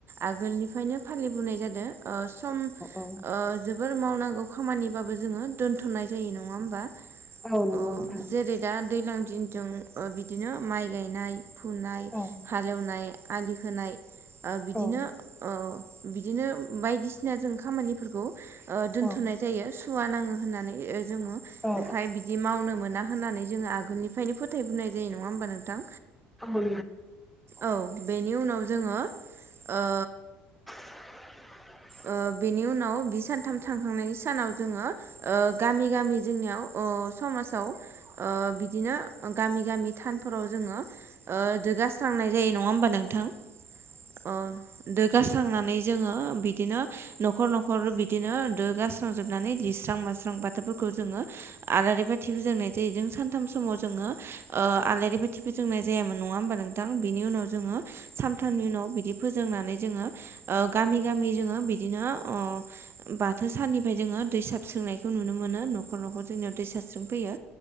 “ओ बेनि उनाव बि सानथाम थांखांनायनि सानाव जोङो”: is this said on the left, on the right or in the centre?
Right